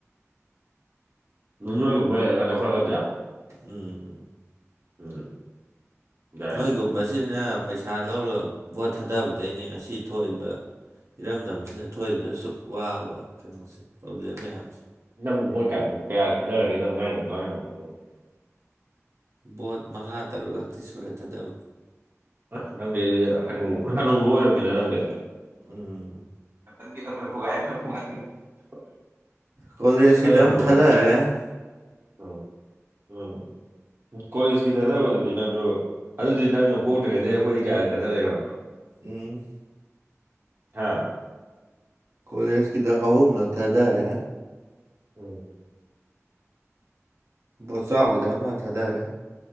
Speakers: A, on the right; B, on the right.
A: ꯅꯣꯢꯒꯨꯝꯕ ꯂꯩꯔꯒ ꯆꯥꯎꯈꯠꯂꯛꯀꯗꯣꯢꯔꯥ
B: ꯎꯝ
A: ꯎꯝ ꯌꯥꯏ
B: ꯅꯣꯢꯒꯨꯝꯕꯁꯤꯅ ꯄꯩꯁꯥ ꯂꯧꯔꯒ ꯚꯣꯠ ꯊꯥꯗꯕꯗꯩꯅꯤ ꯉꯁꯤ ꯊꯣꯛꯏꯕ ꯏꯔꯝꯗꯝꯁꯤꯅ ꯊꯣꯛꯏꯕ ꯁꯨꯛ ꯋꯥꯕ ꯀꯩꯅꯣꯁꯦ ꯄ꯭ꯔꯣꯕ꯭ꯂꯦꯝ ꯃꯌꯥꯝꯁꯦ
A: ꯅꯪꯕꯨ ꯕꯣꯠ ꯀ꯭ꯌꯥ ꯀ꯭ꯌꯥꯔꯛ ꯊꯥꯗꯔꯒꯦ ꯅꯪꯅ ꯉꯥꯡ ꯉꯤꯕ ꯋꯥ <unintelligible>
B: ꯕꯣꯠ ꯃꯉꯥ ꯇꯔꯨꯛꯂꯛꯇꯤ ꯁꯨꯔꯦ ꯊꯥꯗꯕ
A: ꯑꯁ ꯅꯪꯗꯤ ꯍꯅꯨ ꯍꯅꯨꯕ ꯑꯣꯢꯔꯝꯃꯦꯅ ꯅꯪꯗꯤ
B: ꯎꯝ
A: <unintelligible>
B: ꯀꯣꯂꯦꯖꯀꯤꯗꯝ
A: ꯅꯪꯗꯤ ꯍꯅꯨ
B: ꯊꯥꯗꯔꯦ
A: ꯎꯝ ꯎꯝ ꯀꯣꯂꯦꯖꯀꯤ ꯊꯥꯗꯕꯗꯨꯗꯤ ꯅꯪꯗꯨ ꯑꯗꯨꯗꯤ ꯅꯪꯅ ꯄꯣꯛꯇ꯭ꯔꯤꯉꯩꯗꯒꯤ ꯑꯩꯈꯣꯢꯗꯤ ꯀꯌꯥꯔꯛ ꯊꯥꯗꯔꯛꯑꯦ ꯈꯪꯕ꯭ꯔ
B: ꯎꯝ
A: ꯍꯥꯥ
B: ꯀꯣꯂꯦꯖꯀꯤꯗ ꯑꯍꯨꯝꯂꯛ ꯊꯥꯗꯔꯦ
A: ꯎꯝ
B: ꯕꯣꯠꯆꯥꯎꯒꯤꯗ ꯑꯃ ꯊꯥꯗꯔꯦ